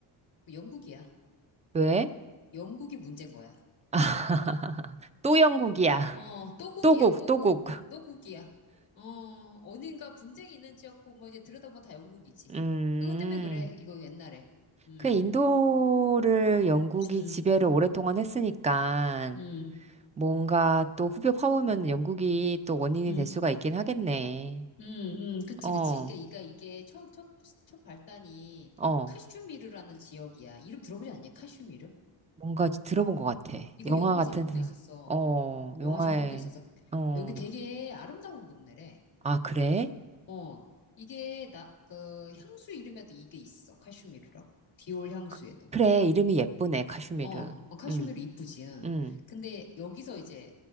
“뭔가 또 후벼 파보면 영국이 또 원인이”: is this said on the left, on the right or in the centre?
Right